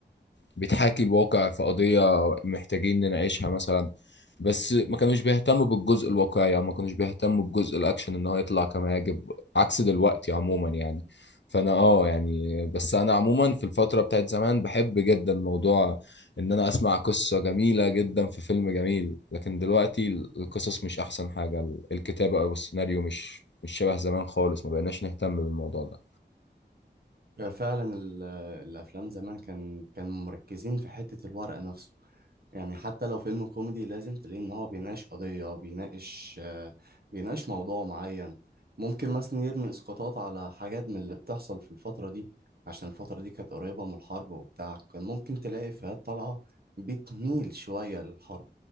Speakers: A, on the left; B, on the right.
A: بتحاكي الواقع في قضية محتاجين نناقشها مثلا بس ما كانوش بيهتموا بالجزء الواقعي او ما كانوش بيهتموا بجزء الاكشن ان هو يطلع كما يجب عكس دلوقتي عموما يعني فانا اه يعني بس انا عموما في الفترة بتاعت زمان بحب جدا موضوع ان انا اسمع قصة جميلة جدا في فيلم جميل لكن دلوقتي ال- القصص مش احسن حاجة ال- الكتابة او السيناريو مش مش شبه زمان خالص ما بقيناش نهتم بالموضوع ده
B: فعلا ال- الأفلام زمان كان كان مركزين في حتة الورق نفسه يعني حتى لو فيلم كوميدي لازم تلاقي ان هو بيناقش قضية بيناقش آه، بيناقش موضوع معين ممكن مثلا يرمي اسقاطات على حاجات من اللي بتحصل في الفترة دي عشان الفترة دي كانت قريبة من الحرب وبتاع كان ممكن تلاقي إفيهات طالعة بتميل شوية للحرب